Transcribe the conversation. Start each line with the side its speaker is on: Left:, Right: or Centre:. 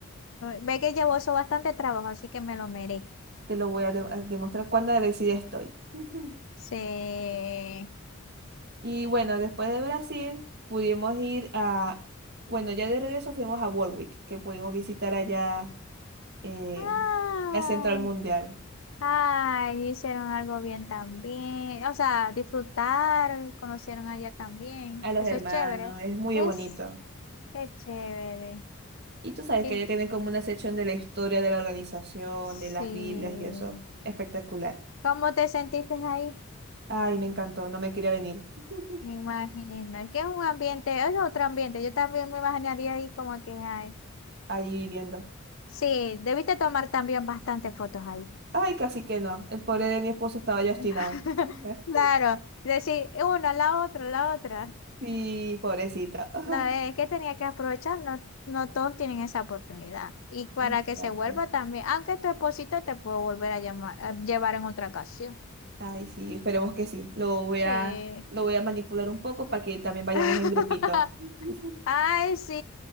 Left: Ve que llevó eso bastante trabajo, así que me lo merezco.
Right: te lo voy a, de- a demostrar cuán agradecida estoy. <laughs>
Left: Sí.
Right: Y bueno, después de Brasil pudimos ir a, bueno, ya de regreso fuimos a Warwick, que pudimos visitar allá eh,
Left: Ah.
Right: la Central Mundial,
Left: Ay, hicieron algo bien también. O sea, disfrutar, conocieron allá también.
Right: a los
Left: Eso
Right: hermanos,
Left: es chévere.
Right: es muy
Left: Es,
Right: bonito.
Left: es chévere.
Right: Y tú sabes
Left: Y,
Right: que allá tienen como una sección de la historia de la organización,
Left: sí.
Right: de las Biblias y eso, espectacular.
Left: ¿Cómo te sentiste ahí?
Right: Ay, me encantó, no me quería venir <laughs>
Left: Me imagino. Es que es un ambiente, es otro ambiente. Yo también me imaginaría ahí como que, ay.
Right: ahí viviendo.
Left: Sí, debiste tomar también bastantes fotos ahí.
Right: Ay, casi que no, el pobre de mi esposo estaba ya obstinado.
Left: <laughs>
Right: <laughs>
Left: Claro. Decir una, la otra, la otra.
Right: Sí, pobrecita. <laughs>
Left: No, es que tenía que aprovechar, no, no todos tienen esa oportunidad. Y para
Right: Exacto.
Left: que se vuelva también, aunque tu esposito te puedo volver a llamar, a llevar en otra ocasión.
Right: Ay, sí, esperemos que sí. Lo voy a,
Left: Sí.
Right: lo voy a manipular un poco para que también vayamos
Left: <laughs>
Right: en grupito. Ujú. <laughs>
Left: Ay, sí,